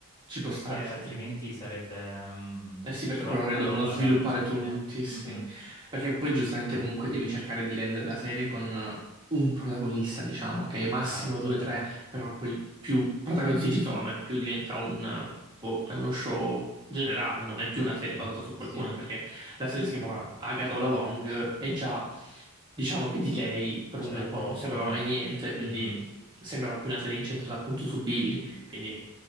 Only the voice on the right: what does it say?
Ci può
stare,
sì.
Eh sì, perché
poi magari devono
sviluppare
tutti, sì.
Perché poi giustamente comunque devi cercare di rendere la serie con eh, un protagonista, diciamo, ok? Massimo
due, tre, però poi più protagonisti ci sono e più diventa un... eh, boh, è uno show generale, non è più una serie basata su qualcuno,
anche perché la serie si chiamava Agatha All Along e già diciamo che di lei per
un bel
po' non sapeva mai niente, quindi
sembrava più una serie incentrata appunto su Billy, quindi